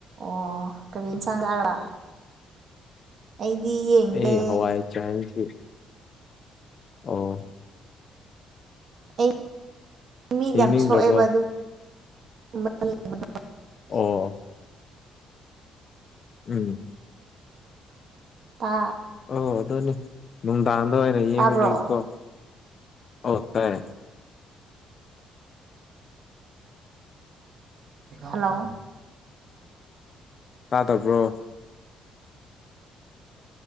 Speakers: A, on the right; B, on the left.
A: ꯑꯣ ꯀꯔꯤ ꯏꯟꯁꯥꯡ ꯆꯥꯔꯕ ꯑꯩꯗꯤ ꯌꯦꯡꯗꯦ
B: ꯑꯩ ꯍꯋꯥꯏ ꯆꯥꯏꯑꯦ ꯁꯤ ꯑꯣ
A: ꯑꯩ ꯃꯤꯠ
B: ꯌꯦꯡꯅꯤꯡꯗ꯭ꯔꯕꯣ
A: ꯌꯥꯝ ꯁꯣꯛꯑꯦꯕ ꯑꯗꯨ <unintelligible>
B: ꯑꯣ ꯎꯝ
A: ꯇꯥ
B: ꯑꯣ ꯑꯗꯨꯅꯤ ꯅꯨꯡꯗꯥꯡꯗ ꯑꯣꯏꯅ ꯌꯦꯡꯕꯅꯤꯀꯣ
A: ꯇꯥꯕ꯭ꯔꯣ
B: ꯑꯣꯠ ꯇꯥꯢ
A: ꯍꯜꯂꯣ
B: ꯇꯥꯗꯕ꯭ꯔꯣ